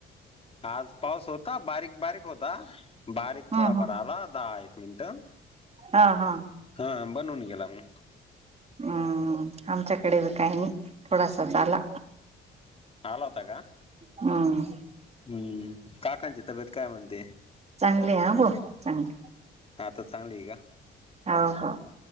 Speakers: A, on the left; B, on the right.
A: आज पाऊस होता बारीक बारीक होता बारीक
B: हम्म
A: थोडाफार
B: हम्म
A: आला दहा एक मिनिट!
B: हा.. हा
A: हा बनवून गेला मग.
B: हम्म आमच्याकडे बी काही नाही थोडासाच आला
A: आला होता का?
B: हम्म
A: हम्.. काकांची तब्येत काय म्हणते?
B: चांगले ह बो.. चांगली..
A: हा आता चांगली आहे का?
B: हो.. हो